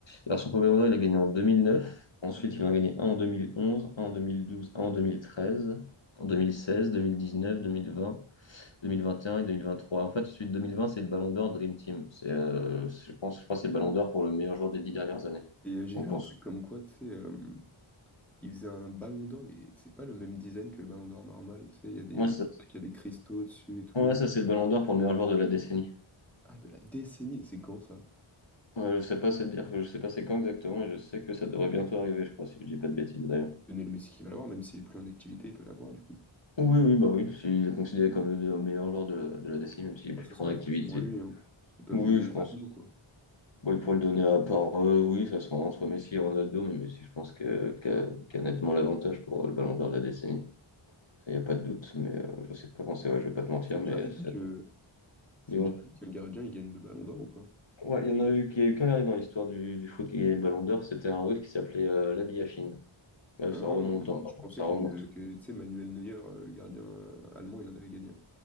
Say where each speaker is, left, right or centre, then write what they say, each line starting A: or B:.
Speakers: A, on the left; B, in the centre.
A: Alors, son premier Mondial, il a gagné en 2009. Ensuite, il en a gagné un en 2011, un en 2012, un en 2013, en 2016, 2019, 2020, 2021 et 2023. En fait, celui de 2020, c'est le Ballon d'Or Dream Team. C'est, euh, je pense, je crois que c'est le Ballon d'Or pour le meilleur joueur des dix dernières années.
B: Et euh, j'ai
A: Donc,
B: vu un
A: on
B: truc
A: s-
B: comme quoi, tu sais, euh, il faisait un Ballon d'Or, mais c'est pas le même design que le Ballon d'Or normal. Tu sais, il y a des,
A: ouais,
B: on-
A: ça,
B: il y a des cristaux dessus et tout.
A: ouais, ça, c'est le Ballon d'Or pour le meilleur joueur de la décennie.
B: Ah, de la décennie, c'est quand ça?
A: Euh, je sais pas, c'est dire, je sais pas c'est quand exactement, et je sais que ça devrait bientôt arriver, je crois, si je dis pas de bêtises d'ailleurs.
B: Lionel Messi qui va l'avoir, même s'il est plus en activité, il peut l'avoir du coup.
A: Oui, oui, bah oui, il est considéré comme le meilleur joueur de la, de la décennie, même s'il est
B: Moi,
A: plus
B: ce
A: trop
B: sera
A: en activité.
B: forcément lui, hein. Ils peuvent
A: Oui,
B: lui donner
A: je pense.
B: maintenant, quoi.
A: Oui, pour le donner à part, euh, oui, ça sera entre Messi et Ronaldo, mais Messi, je pense que, qu'a, qu'a nettement l'avantage pour le ballon d'or de la décennie. Il n'y a pas de doute, mais euh, je sais pas quand c'est, ouais, je vais pas te mentir,
B: C'est déjà
A: mais
B: arrivé
A: c'est-
B: que C'est
A: dis-moi.
B: déjà lui que le gardien, il gagne le ballon d'or ou pas?
A: Ouais, il y en a eu qui est quand même dans l'histoire du, du foot qui a gagné le ballon d'or, c'était un russe qui s'appelait euh, Labiachine. Euh,
B: Hein
A: ça remonte, hein, non,
B: je pensais
A: ça
B: que,
A: remonte.
B: que, tu sais, Manuel Neuer, euh, le gardien euh, allemand, il en avait gagné un.